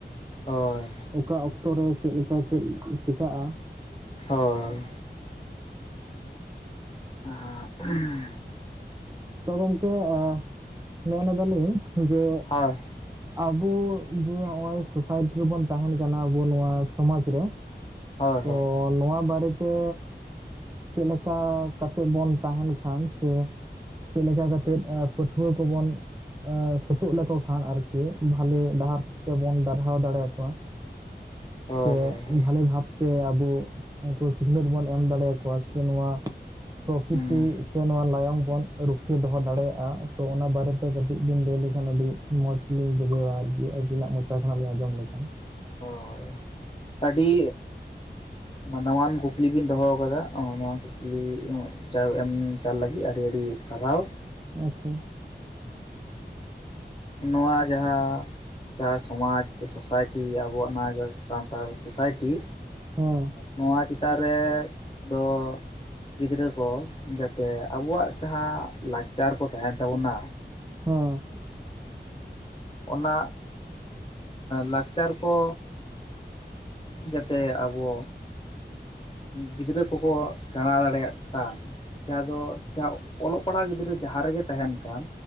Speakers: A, on the left; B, on the right.
A: ᱦᱳᱭ᱾
B: ᱚᱠᱟ ᱚᱠᱛᱚ ᱨᱮ ᱪᱮᱫ ᱞᱮᱠᱟ ᱪᱮᱫ ᱪᱤᱠᱟᱜ-ᱟ,
A: ᱦᱳᱭ᱾ <inaudible>
B: ᱛᱚ ᱜᱚᱝᱠᱮ ᱟᱸ ᱢᱮᱱᱮᱫᱟᱞᱤᱧ ᱡᱮ
A: ᱦᱳᱭ ᱦᱳᱭ
B: ᱟᱵᱚ ᱡᱮ ᱱᱚᱜ-ᱚᱭ ᱥᱳᱥᱟᱭᱴᱤ ᱨᱮᱵᱚᱱ ᱛᱟᱦᱮᱸᱱ ᱠᱟᱱᱟ ᱟᱵᱚ ᱱᱚᱣᱟ ᱥᱚᱢᱟᱡᱽ ᱨᱮ, <unintelligible>
A: ᱦᱳᱭ
B: ᱱᱚᱣᱟ ᱵᱟᱨᱮᱛᱮ ᱪᱮᱫ ᱞᱮᱠᱟ ᱠᱟᱛᱮᱫ ᱵᱚᱱ ᱛᱟᱦᱮᱸᱱ ᱠᱷᱟᱱ ᱥᱮ ᱪᱮᱫ ᱞᱮᱠᱟ ᱠᱟᱛᱮᱫ ᱯᱟᱹᱴᱷᱩᱣᱟᱹ ᱠᱚᱵᱚᱱ ᱟᱺ ᱥᱳᱛᱳᱜ ᱞᱮᱠᱚ ᱠᱷᱟᱱ ᱟᱨᱠᱤ ᱵᱷᱟᱞᱮ ᱰᱟᱦᱟᱨ ᱛᱮᱵᱚᱱ ᱰᱟᱨᱦᱟᱣ ᱫᱟᱲᱮᱭᱟ ᱠᱚᱣᱟ?
A: ᱦᱳᱭ
B: ᱥᱮ
A: ᱦᱳᱭ ᱦᱳᱭ
B: ᱵᱷᱟᱞᱮ ᱵᱷᱟᱵ ᱥᱮ ᱟᱵᱚ ᱩᱱᱠᱩ ᱥᱤᱠᱷᱱᱟᱹᱛ ᱵᱚᱱ ᱮᱢ ᱫᱟᱲᱮᱭᱟ ᱠᱚᱣᱟ ᱥᱮ ᱱᱚᱣᱟ ᱯᱨᱚᱠᱤᱛᱤ
A: ᱦᱩᱸ
B: ᱥᱮ ᱱᱚᱣᱟ ᱞᱟᱭᱚᱝ ᱵᱚᱱ ᱨᱩᱠᱷᱤᱭᱟᱹ ᱫᱚᱦᱚ ᱫᱟᱲᱮᱭᱟᱜᱼᱟ ᱛᱚ ᱚᱱᱟ ᱵᱟᱨᱮ ᱛᱮ ᱠᱟᱹᱴᱤᱡ ᱵᱤᱱ ᱞᱟᱹᱭ ᱞᱮᱠᱷᱟᱱ ᱟᱹᱰᱤ ᱢᱚᱡᱽ ᱞᱤᱧ ᱵᱩᱡᱷᱟᱹᱣᱟ, ᱟᱨᱠᱤ᱾ ᱟᱵᱤᱱᱟᱜ ᱢᱚᱪᱟ ᱠᱷᱚᱱᱟᱜ ᱞᱤᱧ ᱟᱸᱡᱚᱢ ᱞᱮᱠᱷᱟᱱ᱾
A: ᱦᱚᱭ ᱟᱹᱰᱤ ᱫᱟᱢᱟᱱ ᱠᱩᱠᱞᱤ ᱵᱤᱱ ᱫᱚᱦᱚ ᱟᱠᱟᱫᱟ ᱱᱚᱣᱟ ᱠᱩᱠᱞᱤ ᱪᱟ ᱮᱢ ᱪᱟᱞ ᱞᱟᱹᱜᱤᱫ ᱟᱹᱰᱤ ᱟᱹᱰᱤ ᱥᱟᱨᱦᱟᱣ ᱾
B: ᱟᱪᱪᱷᱟ ᱾
A: ᱱᱚᱣᱟ ᱡᱟᱸᱦᱟᱸ ᱡᱟᱸᱦᱟᱸ ᱥᱚᱢᱟᱡᱽ ᱥᱮ ᱥᱳᱥᱟᱭᱴᱤ ᱟᱵᱚᱣᱟᱜ ᱱᱚᱣᱟ ᱥᱟᱱᱛᱟᱲ ᱥᱳᱥᱟᱭᱴᱤ
B: ᱦᱮᱸ
A: ᱱᱚᱣᱟ ᱪᱮᱛᱟᱱ ᱨᱮ ᱫᱚ ᱜᱤᱫᱽᱨᱟᱹ ᱠᱚ ᱡᱟᱛᱮ ᱟᱵᱚᱭᱟᱜ ᱡᱟᱸᱦᱟᱸ ᱞᱟᱠᱪᱟᱨ ᱠᱚ ᱛᱟᱦᱮᱱ ᱛᱟᱵᱚᱱᱟ᱾
B: ᱦᱚᱸ᱾
A: ᱚᱱᱟ ᱞᱟᱠᱪᱟᱨ ᱠᱚ ᱡᱟᱛᱮ ᱟᱵᱚ ᱜᱤᱫᱽᱨᱟᱹ ᱠᱚᱠᱚ ᱥᱮᱬᱟ ᱫᱟᱲᱮᱭᱟᱜ, ᱠᱟᱱ, ᱡᱟᱸᱦᱟᱸ ᱫᱚ ᱡᱟᱸᱦᱟᱸ ᱚᱞᱚᱜ ᱯᱟᱲᱦᱟᱣ ᱜᱤᱫᱽᱨᱟᱹ ᱡᱟᱸᱦᱟᱸ ᱨᱮᱜᱮ ᱛᱟᱦᱮᱱ ᱠᱟᱱ᱾